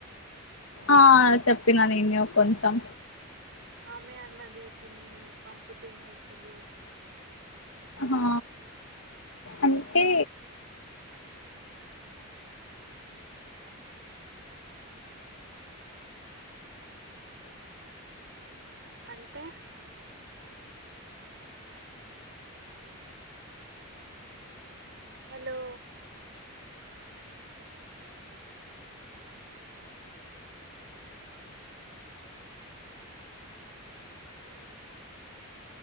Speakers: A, on the left (about 75°); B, on the right (about 55°).
A: ఆ చెప్పినా నేనె ఇగ కొంచం
B: ఆమె అన్నది పిన్ని పంపుతే ఏమైతది
A: ఆ అంటే
B: ఉ <inaudible> అంటే వా ఉంటయి <inaudible> హలో ే <inaudible>
A: అంది <inaudible>